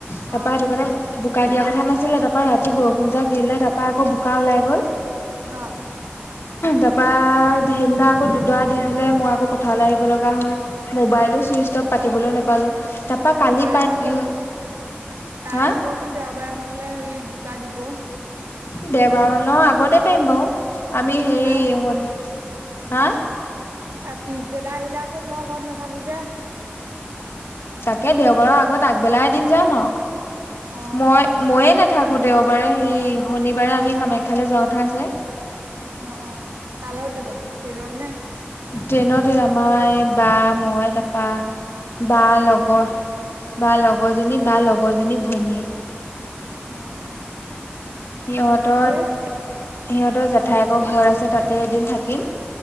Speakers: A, on the left (about 75°); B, on the right (about 80°).
A: তাৰপা
B: অ',
A: সেইটো কাৰণে বো-বোকাই দিয়া কথা নাছিলে, তাৰাপা ৰাতি বৰ জাক দিলে তাৰপা আকৌ বোকা ওলাই গ'ল।
B: অ'।
A: তাৰপা সেইদিনা আকৌ দুডৰা দি দিলে, মই আকৌ পথাৰলৈ আহিব লগা হ'ল। মোবাইলো চুইচ অফ পাতিবলৈও নাপালো। তাৰপা কালি
B: তাইৰ
A: পাত
B: ভাগো, তাইৰ
A: হা
B: ভাগো হেনো দেওবাৰ মানলৈ সেই বোকা দিব।
A: দেওবাৰ মান আগতে পাৰিম বাৰু, আমি হেৰি
B: তাক
A: শনি হা?
B: আ পিছবেলা আহিলে আকৌ মই ঘৰত নাথাকো যে।
A: তাকে দেওবাৰৰ আগত আগবেলাই এদিন যাম আৰু,
B: অ',
A: মই
B: অ',
A: মইয়ে নো থাকো দেওবাৰে সেই শনিবাৰে আমি কামাখ্যালৈ যোৱা কথা আছে।
B: অ অ কাৰ লগত যাবা? ট্ৰেইনত নে
A: ট্ৰেইনতে যাম মা বা মই তাৰাপা বা লগৰ, বা লগৰজনী
B: অ',
A: বা লগৰজনী ভনীয়ে।
B: অ অ।
A: সিহঁতৰ
B: ঠিকে আছে।
A: সিহঁতৰ জেঠাইকৰ ঘৰ আছে তাতে এদিন থাকিম।